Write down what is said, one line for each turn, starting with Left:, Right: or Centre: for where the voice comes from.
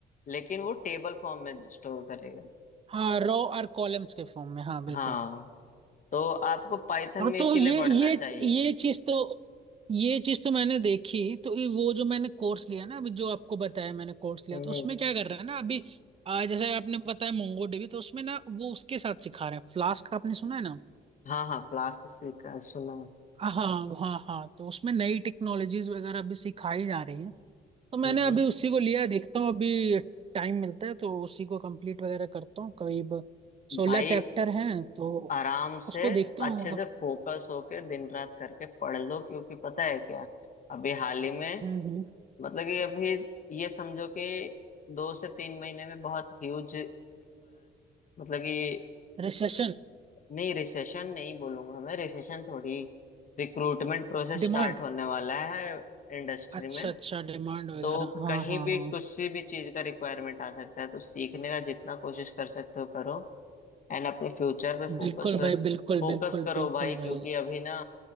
Left: लेकिन वो टेबल फॉर्म में स्टोर करेगा
Right: हाँ रो और कॉलम्स के फॉर्म में हाँ बिल्कुल
Left: हाँ तो आपको पाइथन
Right: हाँ
Left: में
Right: तो
Left: इसीलिए
Right: ये
Left: बढ़ना
Right: ये
Left: चाहिए
Right: ये चीज तो ये चीज तो मैंने देखी तो ये वो जो मैंने कोर्स लिया ना अभी जो आपको बताया मैंने कोर्स लिया
Left: हम्म
Right: तो उसमें
Left: हम्म।
Right: क्या कर रहे हैं ना अभी आ, जैसे आपने बताया मोंगो डीबी तो उसमें ना वो उसके साथ सिखा रहे हैं फ्लास्क आपने सुना है ना
Left: हाँ हाँ फ्लास्क सीखा है, सुना है
Right: हाँ हाँ हाँ तो उसमें नई टेक्नोलॉजीज वगैरह अभी सिखाई जा रही हैं तो मैंने
Left: हम्म हम्म।
Right: अभी उसी को लिया है, देखता हूँ अभी टाइम मिलता है तो उसी को कंप्लीट वगैरह करता हूँ करीब सोलह
Left: भाई
Right: चैप्टर हैं तो
Left: आराम से
Right: उसको देखता हूँ
Left: अच्छे से फोकस होके दिन रात करके पढ़ लो क्योंकि पता है क्या अभी हाल ही में
Right: हम्म
Left: मतलब कि अभी ये समझो कि दो से तीन महीने में बहुत ह्यूज मतलब कि
Right: Recession
Left: नहीं रिसेशन नहीं बोलूंगा मैं रिसेशन थोड़ी रिक्रूटमेंट प्रोसेस
Right: demand
Left: स्टार्ट होने वाला है इंडस्ट्री
Right: अच्छा
Left: में
Right: अच्छा डिमांड वगैरह
Left: तो
Right: हाँ
Left: कहीं
Right: हाँ
Left: भी
Right: हाँ
Left: कुछ सी भी चीज का रिक्वायरमेंट आ सकता है तो सीखने का जितना कोशिश कर सकते हो करो एंड अपने फ्यूचर पे फोकस
Right: बिल्कुल भाई बिल्कुल
Left: फोकस
Right: बिल्कुल
Left: करो
Right: बिल्कुल
Left: भाई क्योंकि
Right: भाई
Left: अभी ना